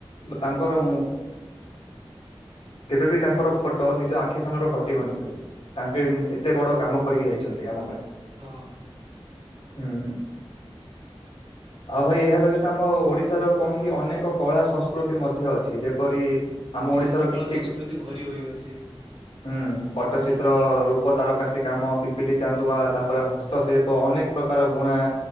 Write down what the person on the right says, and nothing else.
ହଁ
ଓଡିଶାରେ
ତ କଳା
ସଂସ୍କୃତି ଭରି ହୋଇଅଛି